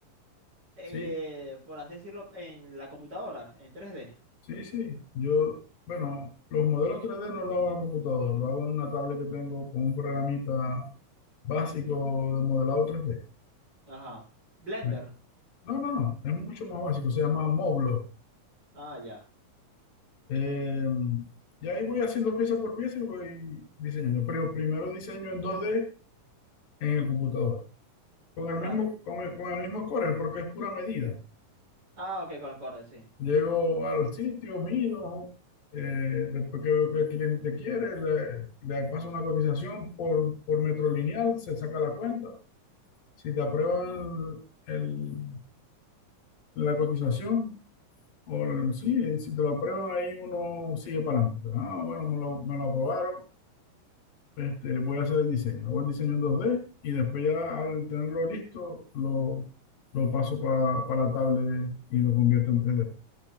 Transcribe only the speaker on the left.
Sí,
sí, sí. Yo, bueno, los modelos 3D no lo hago en el computador, lo hago en una tablet que tengo con un programita básico de modelado 3D.
Eh, No, no, no, es mucho más básico, se llama Moblo.
Eh, y ahí voy haciendo pieza por pieza y voy diseñando. Pero primero diseño en dos d en el computador, con el
mismo, con el, con el mismo Corel, porque es pura medida.
Llego al sitio, mido, eh, después que veo que el cliente quiere, le, le paso una cotización por, por metro lineal, se saca la cuenta. Si te aprueban el- la cotización, O lo- sí, eh, si te lo aprueban ahí, uno sigue para adelante. Pero, ah, bueno, me lo, me lo aprobaron. Este, voy a hacer el diseño. Hago el diseño en dos d y después ya al tenerlo listo, lo, lo paso pa- para tablet y lo convierto en tres d